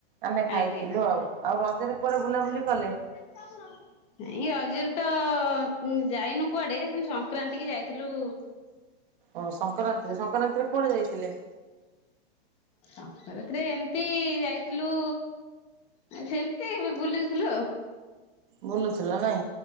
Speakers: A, on the right (about 50°); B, on the left (about 20°).
A: ଆମେ ଖାଇଥିଲୁ
B: ଆଜ୍ଞା ଆଜ୍ଞା।
A: ଆଉ ଆଉ ରଜରେ କୁଆଡେ ବୁଲାବୁଲି କଲେ?
B: ତା ମୁର ଇଏ ରଜରେ ତ ଯାଇନୁ କୁଆଡେ ସଂକ୍ରାନ୍ତି କି ଯାଇଥିଲୁ
A: ଓ ସଂକ୍ରାନ୍ତିରେ ସଂକ୍ରାନ୍ତିରେ କୁଆଡେ ଯାଇଥିଲେ?
B: ସଂକ୍ରାନ୍ତି ରେ ଏମତି ଯାଇଥିଲୁ ସେମିତି ଏବେ ବୁଲିଥିଲୁ ଆଉ।
A: ବୁଲୁଥିଲ ନାଇଁ,